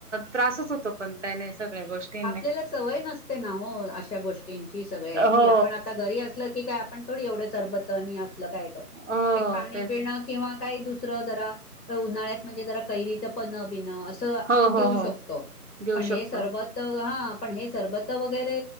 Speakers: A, on the right; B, on the left.
A: त्रासच होतो पण त्याने. सगळ्या गोष्टींनी
B: आपल्याला सवय नसते ना हो अश्या गोष्टींची सगळ्याची
A: हो
B: आपण आता घरी असलं ठिक आहे आपण थोडी एवढं सरबतन नी असलं काय करत
A: हो
B: एक पाणी
A: तेच
B: पिणं किंवा काही दुस जरा उन्हाळ्यात म्हंजे कैरीच पन्ह बीन अस त
A: हो,
B: घेऊ
A: हो, हो.
B: शकतो
A: घेऊ
B: पण हे
A: शकतो.
B: सरबत हां पण हे सरबत वगैरे